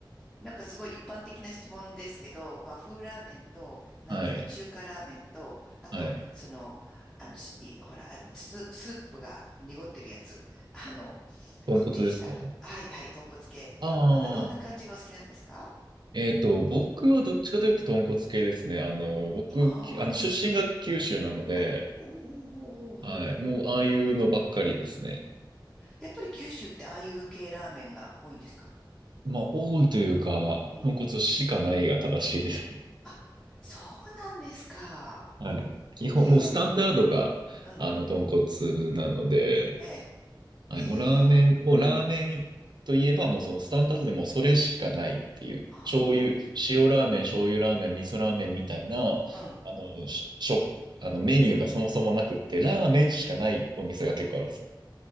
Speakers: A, in the centre; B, on the right.
A: なんかすごい一般的な質問ですけど、和風ラーメンと、なんですか、
B: はい。
A: 中華ラーメンと、あと、
B: はい。
A: その、あの、しいほら、あの、ス、スープが濁ってるやつ。あの、
B: 豚骨ですか
A: こってりした。はいはい、豚骨系。
B: ああ、
A: なんかどんな感じがお好きなんですか
B: えっと、僕はどっちかというと豚骨系ですね。あの、僕、
A: ああー。
B: きあの、出身が九州なので、
A: あ、おおおおおお。
B: はい、もうああいうのばっかりですね。
A: やっぱり九州ってああいう系ラーメンが多いんですか
B: まあ、多いというか、
A: うん。
B: 豚骨しかないが正しいです。
A: あ、そうなんですか。
B: はい。基本、
A: ええ
B: もうスタンダードが、
A: うん。
B: あの、豚骨なので、
A: ええ
B: はい、
A: へえ。
B: もうラーメン、もうラーメンといえば、もうそのスタンダードでもうそれしかないっていう、
A: あ
B: 醤油、塩ラーメン、醤油ラーメン、味噌ラーメンみたいな、
A: あ。うん
B: あの、しょ、あのメニューがそもそもなくって、ラーメンしかないお店が結構あるんですよ。